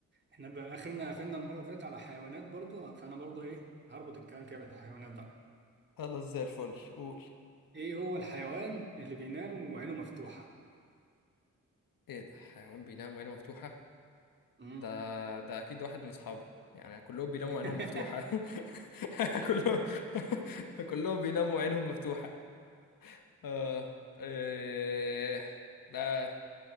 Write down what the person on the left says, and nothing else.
خلاص زي الفل قول
ايه ده حيوان بينام وعينه مفتوحة
ده ده اكيد واحد من اصحابي يعني كلهم بيناموا
وعينهم مفتوحة <laughs> كلهم <laughs> كلهم بيناموا وعينهم مفتوحة اه إيه ده